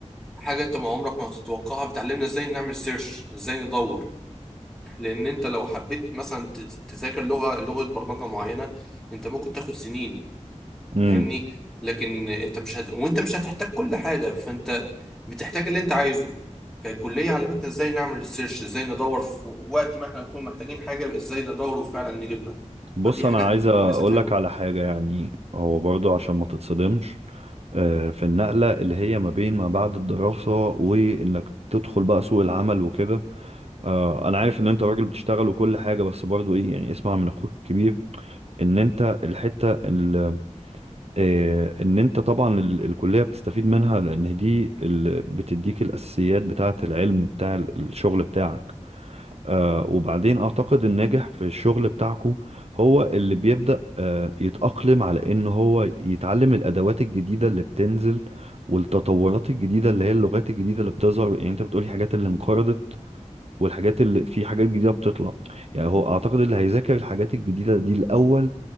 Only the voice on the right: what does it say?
امم
بص
انا
عايز اقولك
على حاجة يعني هو برضو عشان ما تتصدمش آه، في النقلة اللي هي ما بين ما بعد الدراسة وإنك تدخل بقى سوق العمل وكده آه، أنا عارف إن أنت راجل بتشتغل وكل حاجة بس برضو إيه يعني اسمع من أخوك الكبير إن أنت الحتة ال- آه، إن أنت طبعا ال- الكلية بتستفيد منها لأن دي اللي بتديك الأساسيات بتاعة العلم بتاع ال- الشغل بتاعك آه وبعدين اعتقد الناجح في الشغل بتاعكو هو اللي بيبدأ آه يتأقلم على ان هو يتعلم الادوات الجديدة اللي بتنزل والتطورات الجديدة اللي هي اللغات الجديدة اللي بتظهر يعني انت بتقولي حاجات اللي انقرضت والحاجات اللي في حاجات جديدة بتطلع يعني هو اعتقد اللي هيذاكر الحاجات الجديدة دي الاول